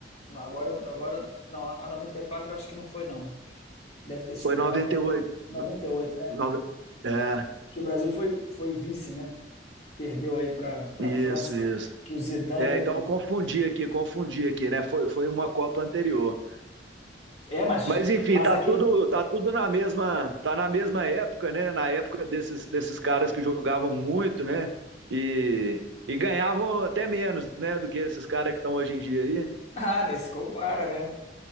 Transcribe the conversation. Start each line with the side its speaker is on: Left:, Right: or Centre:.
Left: Não, Agora, agora não, a 94 eu acho que não foi não. Deve ter sido
Right: Foi 98.
Left: na de noventa noventa
Right: No,
Left: e oito, né?
Right: no, é,
Left: Que o Brasil foi foi vice, né? perdeu aí para para
Right: isso,
Left: França,
Right: isso.
Left: que o Zidane
Right: É, então eu confundi aqui, confundi aqui, né? Foi, foi uma Copa anterior.
Left: é, mas
Right: Mas enfim,
Left: mas
Right: tá
Left: aquele
Right: tudo, tá tudo na mesma, tá na mesma época, né? Na época desses, desses caras que jogavam muito, né? E, e ganhavam até menos, né, do que esses caras que estão hoje em dia aí.
Left: <laughs> ah, nem se compara, né?